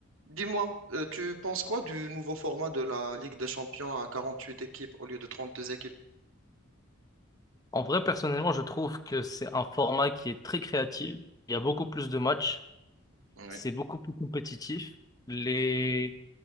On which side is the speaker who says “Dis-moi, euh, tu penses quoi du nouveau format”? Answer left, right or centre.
Right